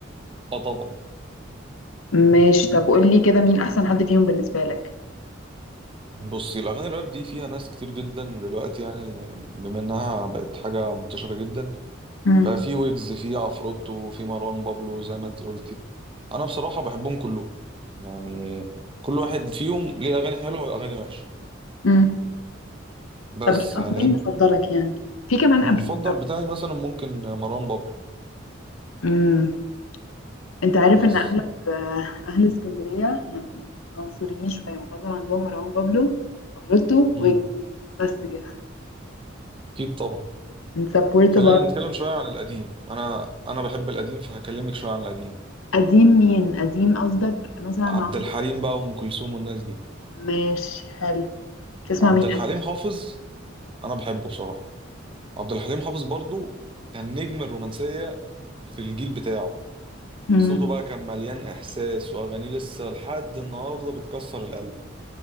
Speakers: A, on the right; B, on the left.
A: اه طبعا
B: ماشي طب قول لي كده مين احسن حد فيهم بالنسبه لك
A: بصي الاغاني الراب دي فيها ناس كتير جدا دلوقتي يعني بما انها بقت حاجه منتشره جدا
B: امم
A: بقى في ويجز في عفروتو في مروان بابلو زي ما انت قلتي انا بصراحه بحبهم كلهم يعني كل واحد فيهم ليه اغاني حلوه واغاني وحشه
B: امم
A: بس
B: طب مين
A: يعني
B: مين
A: انت-
B: مفضلك يعني في كمان
A: المفضل
B: ابيو ابيو
A: بتاعي مثلا ممكن مروان بابلو
B: امم انت عارف
A: بس
B: ان اغلب آه، اهل اسكندريه يعني عنصريين شويه بفضل عندهم مروان بابلو عفروتو
A: امم
B: ويجز بس كده
A: اكيد طبعا
B: بنسبورت
A: خلينا
B: بعض
A: نتكلم شويه عن القديم انا انا بحب القديم فهكلمك شويه عن القديم
B: قديم مين قديم قصدك مثلا
A: عبد
B: عمرو
A: الحليم بقى وام كلثوم والناس دي
B: ماشي حلو تسمع
A: عبد
B: مين
A: الحليم
B: قديم
A: حافظ انا بحبه بصراحه عبد الحليم حافظ برضو كان نجم الرومانسيه في الجيل بتاعه
B: مم.
A: صوته بقى كان مليان احساس واغانيه لسه لحد النهارده بتكسر القلب